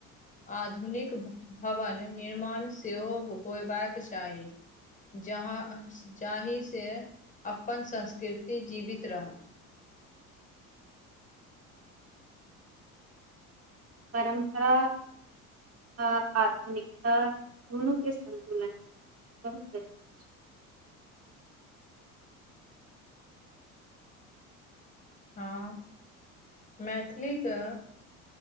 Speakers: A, on the left; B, on the right.
A: आधुनिक भवन निर्माण से हो होयबाक चाही जहाँ जाहि से अपन संस्कृति जीवित रहत
B: परम्परा आ आधुनिकता दुनूके संन्तुलन बहुत जरूरी छै
A: हँ मैथिलीके